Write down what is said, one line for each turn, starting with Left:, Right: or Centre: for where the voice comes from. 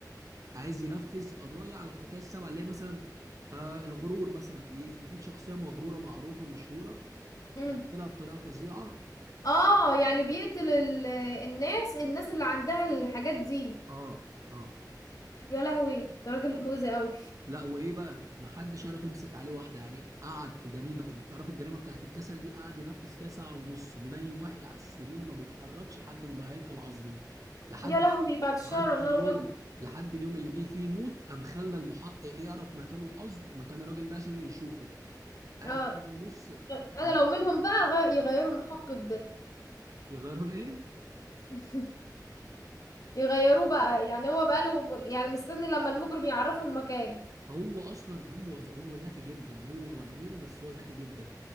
Right: عايز ينفذ قضايا على الخطايا السبعه اللي هي مثلا آه الغرور مثلا ي- يجيب شخصيه مغروره معروفه مشهوره
Left: مم.
Right: يقتلها بطريقه فظيعه
Left: اه يعني بيقتل ال- الناس الناس اللي عندها الحاجات دي
Right: اه اه
Left: يا لهوي ده راجل مؤذي قوي
Right: لا وايه بقى ما حدش عرف يمسك عليه واحده يعني قعد في جريمه تعرف الجريمه بتاعت الكسل دي قعد ينفذ فيها ساعه ونص منيم واحد على السرير ما بيتحركش لحد ما بقى هيكل عظمي لحد
Left: يا لهوي بعد الشر
Right: لحد
Left: الله
Right: اليوم
Left: اكبر
Right: لحد اليوم اللي جه فيه موت قام خلى المحقق يعرف مكانه قصد مكان الراجل ده عشان يشوفه قاعد
Left: اه
Right: سنه ونص يخليه-
Left: انا لو منهم بقى غ- يغيروا المحقق ده
Right: يغيره لايه
Left: <laughs> يغيروه بقى يعني هو بقاله يعني مستني لما المجرم يعرفوا المكان
Right: هو اصلا هم هو هو ذكي جدا هو مجنون بس هو ذكي جدا